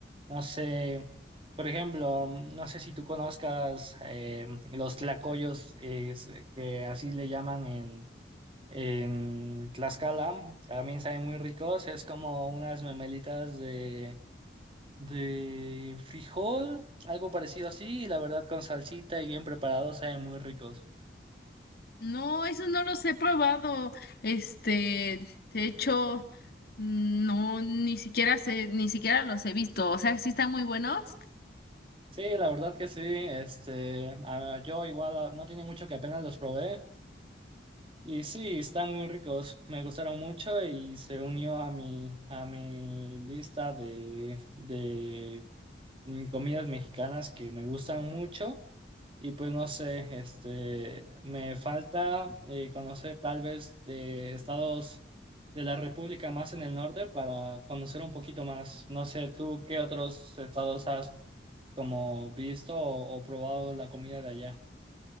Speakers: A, on the right; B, on the left.
A: no sé, por ejemplo, no sé si tú conozcas eh, los tlacoyos eh, s- que así le llaman en, en Tlaxcala, también saben muy ricos, es como unas memelitas de, de frijol, algo parecido así, y la verdad con salsita y bien preparados saben muy ricos.
B: No, eso no los he probado. Este, de hecho, no, ni siquiera sé, ni siquiera los he visto. O sea, sí están muy buenos.
A: Sí, la verdad que sí, este, ah, yo igual ah, no tiene mucho que apenas los probé. Y sí, están muy ricos, me gustaron mucho y se unió a mi, a mi lista de, de mm, comidas mexicanas que me gustan mucho. Y pues no sé, este, me falta eh, conocer tal vez de estados de la República más en el norte para conocer un poquito más. No sé, tú qué otros estados has como visto o, o probado la comida de allá.